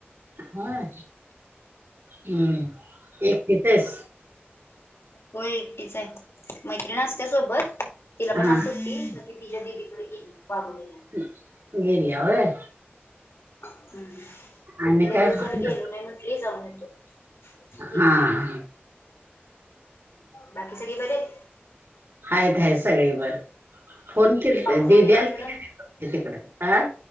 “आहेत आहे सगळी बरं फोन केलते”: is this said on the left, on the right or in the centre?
Right